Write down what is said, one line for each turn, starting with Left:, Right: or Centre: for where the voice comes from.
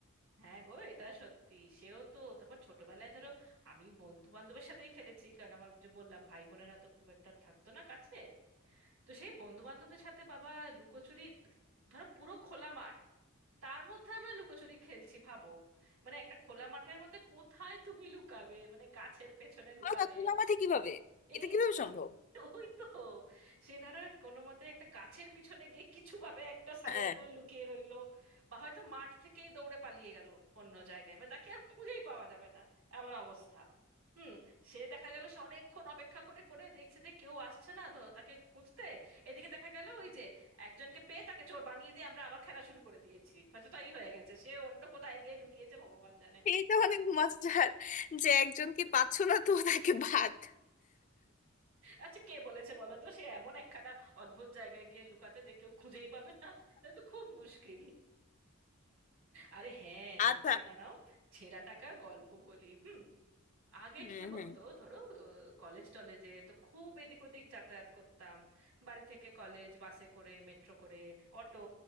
Right: হ্যাঁ গো এটা সত্যি সেও তো তারপর ছোটবেলায় ধরো আমি বন্ধু বান্ধবের সাথেই খেলেছি কারণ আমার যে বললাম ভাই বোনেরা তো খুব একটা থাকতো না কাছে তো সেই বন্ধু বান্ধবদের সাথে বাবা লুকোচুরি ধরো পুরো খোলা মাঠ তার মধ্যে আমরা লুকোচুরি খেলছি ভাবো মানে একটা খোলা মাঠের মধ্যে কোথায় তুমি লুকাবে মানে গাছের পেছনে লুকালে
Left: আর তুমি আমাকে কিভাবে
Right: এই
Left: এটা কিভাবে সম্ভব
Right: ওই তো সে ধরো কোনো মতে একটা গাছের পিছনে গিয়ে কিছু ভাবে একটা সাইড
Left: হ্যাঁ
Right: হয়ে লুকিয়ে রইলো বা হয়তো মাঠ থেকেই দৌড়ে পালিয়ে গেল অন্য জায়গায় বা তাকে আর খুঁজেই পাওয়া যাবে না এমন অবস্থা হুম সে দেখা গেল সে অনেকক্ষণ অপেক্ষা করে করে দেখছে যে কেউ আসছে না ধ তাকে খুঁজতে এদিকে দেখা গেল ওই যে একজনকে পেয়ে তাকে চোর বানিয়ে দিয়ে আমরা আবার খেলা শুরু করে দিয়েছি হয়তো তাই হয়ে গেছে সে অন্য কোথায় গিয়ে লুকিয়েছে ভগবান জানে
Left: এইটা অনেক মজার যে একজনকে পাচ্ছ না তো তাকে বাদ
Right: আচ্ছা কে বলেছে বলো তো সে এমন একখানা অদ্ভুত জায়গায় গিয়ে লুকাতে যে কেউ খুঁজেই পাবে না না তো খুব মুশকিল আরে হ্যাঁ তোমাকে
Left: আচ্ছা
Right: দাঁড়াও ছেঁড়া টাকার গল্প বলি হুম আগে
Left: হুম
Right: কি হতো
Left: হুম
Right: ধরো কলেজ টলেজে তো খুব এদিক ওদিক যাতায়াত করতাম বাড়ি থেকে কলেজ বাসে করে মেট্রো করে অটো